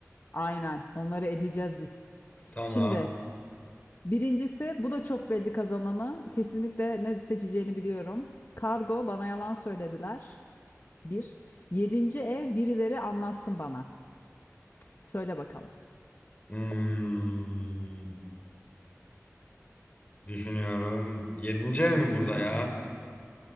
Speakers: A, on the left; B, on the left.
A: Aynen. Onları edeceğiz biz.
B: Tamam.
A: Şimdi birincisi bu da çok belli kazananı. Kesinlikle ne seçeceğini biliyorum. Kargo bana yalan söylediler. Bir. Yedinci ev birileri anlatsın bana. Söyle bakalım.
B: Hmm, düşünüyorum. Yedinci ev mi burada ya?